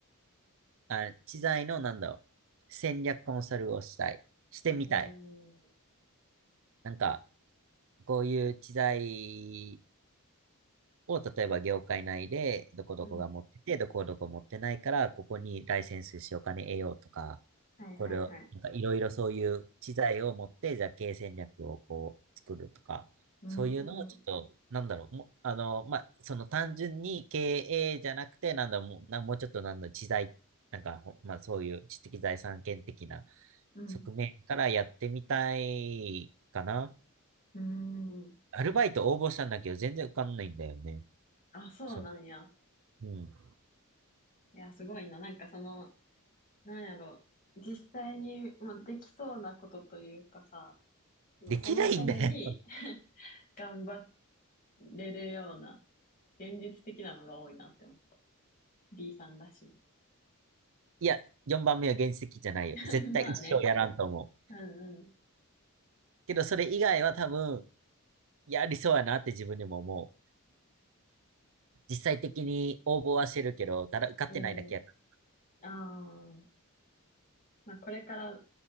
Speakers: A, on the right; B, on the left.
A: あ、知財のなんだろう、戦略コンサルをしたい。してみたい。
B: ん。おー。
A: なんか、こういう知財を、例えば業界内で、どこどこが持ってて、
B: うん。
A: どこどこ持ってないから、ここにライセンスしてお金得ようとか、
B: はいはいはい。
A: これを、なんかいろいろそういう知財を持って、じゃあ経営戦略をこう作るとか、
B: うー
A: そういうのをちょっと、
B: ん。
A: なんだろう、もう、あの、まあ、その単純に経営じゃなくて、なんだろう、もう、なもうちょっとなんだろう、知財、なんか、ほまあ、そういう知的財産権的な
B: うん。
A: 側面からやってみたいかな。
B: うーん。
A: アルバイト応募したんだけど、全然受かんないんだよね。
B: あ、そうなんや。
A: そう。うん。
B: いや、すごいな。なんかその、なんやろ、実際にもうできそうなことというかさ、そのそのために
A: できないんだよ。<laughs>
B: <laughs> 頑張れるような、現実的なのが多いなって思う。B さんらしい。
A: いや、4番目は現実的じゃないよ。
B: <laughs>
A: 絶対一生やらんと思う。
B: まあね。うんう
A: けど、それ以外は多分、やりそうやなって自分でも思う。実際的に応募はしてるけど、ただ受かってないだけやか
B: ん。うん。ああ。まあこれから